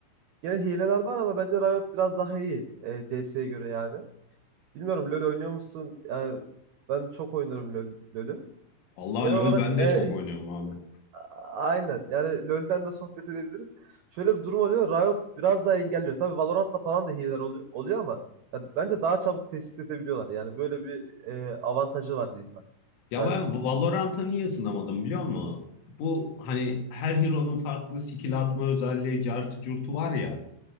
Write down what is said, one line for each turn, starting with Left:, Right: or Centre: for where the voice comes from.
Right: gene hileler var ama bence Riot biraz daha iyi e, CS'ye göre yani. Bilmiyorum LoL oynuyor musun? Yani ben çok oynarım LoL, LoL'ü.
Left: Allah
Right: Genel
Left: LoL
Right: olarak
Left: ben de
Right: e, e,
Left: çok oynuyorum abi.
Right: aynen. Yani LoL'den de sohbet edebiliriz. Şöyle bir durum oluyor. Riot biraz daha engelliyor. Tabii Valorant'ta falan da hileler oluyor, oluyor ama ya bence daha çabuk tespit edebiliyorlar. Yani böyle bir e, avantajı var diyeyim ben
Left: Ya ben
Right: Riot'un.
Left: Valorant'a
Right: <laughs>
Left: niye ısınamadım biliyor musun? Bu hani her hero'nun farklı skill atma özelliği, cartı curtu var ya.